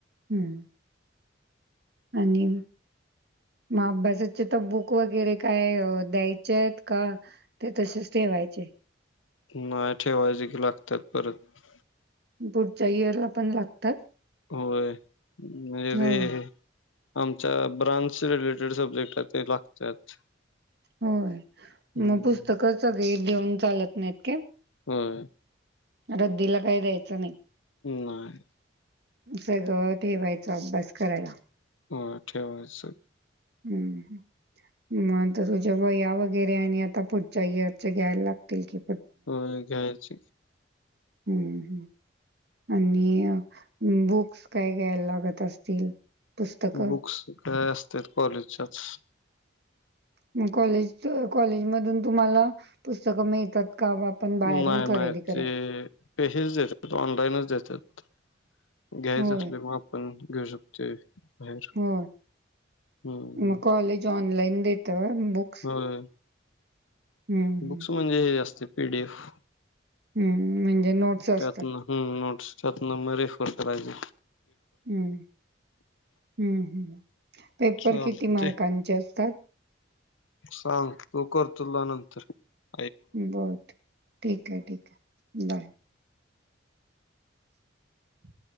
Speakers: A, on the right (about 55°); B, on the left (about 85°).
A: हम्म आणि मग अभ्यासाचे तर बुक वगैरे काय द्यायचे आहेत का ते तशेच ठेवायचे.
B: नाही ठेवायचे की लागतात परत.
A: पुढच्या इयरला पण लागतात?
B: होय
A: होय,
B: रे <unintelligible> आमच्या ब्रांच रिलेटेड सब्जेक्ट ते लागतात.
A: होय
B: हम्म
A: मग पुस्तक सगळी देऊन चालत नाहीत का?
B: होय
A: रद्दीला काही द्यायचं नाही.
B: नाही.
A: सगळं ठेवायचं अभ्यास करायला.
B: ह ठेवायच सगळं.
A: हम्म मग तर तुझ्या वया वगैरे आणि आता पुढच्या इअरच घ्यायला लागतील कि?
B: हो घ्यायच.
A: हम्म हम्म आणि बुक्स काय घ्यायला लागत असतील. पुस्तकं
B: बुक्स काय असतत्यात कॉलेजच्याच.
A: ग कॉलेज कॉलेज मधून तुम्हाला पुस्तक मिळतात. का आपण बाहेरून
B: नाही
A: खरेदी
B: नाही
A: करेल?
B: ते पेहीच देतात ऑनलाईनच देतात. घ्यायच
A: होय
B: असल्या म आपण घेऊ शकतोय. बाहेर
A: हो
B: हम्म
A: मग कॉलेज ऑनलाइन देत बुक्स.
B: होय
A: हम्म हम्म.
B: बुक्स म्हणजे हे जास्ते पीडीएफ.
A: हम्म म्हणजे नोट्स असतात
B: त्यातन हम नोट्स त्यातन म रेफर करायची.
A: हम्म हम्म हम्म पेपर
B: चालतय
A: किती मार्कांचे असतात?
B: सांगतो कर तुला नंतर. तर
A: बर ठीक आहे ठीक आहे बाय. <inaudible>